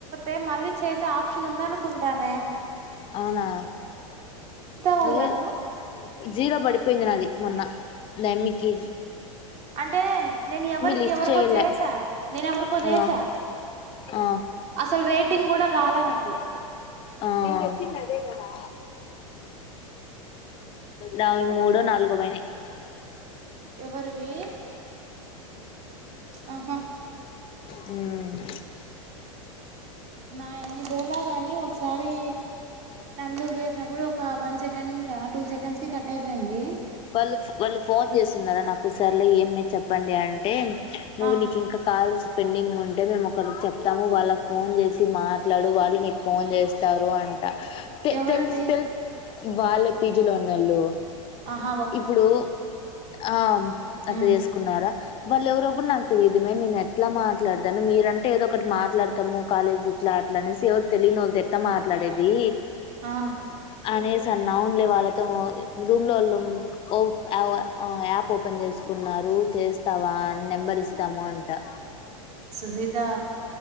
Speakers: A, on the right; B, on the left.
A: ఏ మళ్ళీ చేసే ఆప్షన్ ఉంద అనుకుంటానే.
B: అవునా.
A: వాళ్ళని
B: లేదు
A: అడుగు
B: జీరో పడిపోయింది నాది. మొన్న లేమికి.
A: అంటే నేను ఎవరికి
B: లిఫ్ట్
A: ఎవరికో
B: చేయలే
A: చేసా నేను ఎవరికో చేసా
B: ఆ ఆ
A: అసలు రేటింగ్ కూడా రాలే నాకు. కు
B: ఆ నేను చెప్పింది అదే కదా నావి మూడో నాలుగో పోయినాయ్. <inaudible>
A: ఎవరివి అహా.
B: హ్మ్
A: నా యన్ని బోలా గానీ, ఒ కసారి నందుకు చేసినప్పుడు ఒక వన్ సెకండ్ ఉండే. ఆ టూ సెకండ్స్ కి కట్ ట్ అయిపోయింది.
B: వాళ్ళు ఫో వాళ్ళు ఫోన్ చేస్తున్నారా నాకు సర్లే ఏమ్మే చెప్పండి అంటే. నువ్వు
A: ఆ
B: నీకు ఇంకా కాల్స్ పెండింగ్ ఉంటే మేము ఒకరికి చెప్తాము. వాళ్ళకి ఫోన్ చేసి మాట్లాడు వాళ్ళు నీకు ఫోన్ చేస్తారు అంట. తె
A: ఎవరది
B: తెలుసు తెలుస్. వాళ్ళే పీజీలో ఉన్నోళ్ళు.
A: అహ
B: ఇప్పుడు ఆ అట్ట
A: ఉమ్
B: చేసుకున్నారా? వాళ్ళు ఎవరో గూడా నాకు తెలియదు మే నేను ఎట్లా మాట్లాడతాను. మీరంటే ఏదో ఒకటి మాట్లాడతాము కాలేజ్ ఇట్లా అట్లానేసి ఎవరు తెలియని వాళ్ళతో ఎట్లా మాట్లాడేది.
A: ఆ
B: అనేసి అన్న ఔన్లే వాళ్ళతో రూమ్ లో వాళ్ళు ఓప్ యావ్ ఆ యాప్ ఓపెన్ చేసుకున్నారు చేస్తావా అని నెంబర్ ఇస్తాము అంటా.
A: సుహిత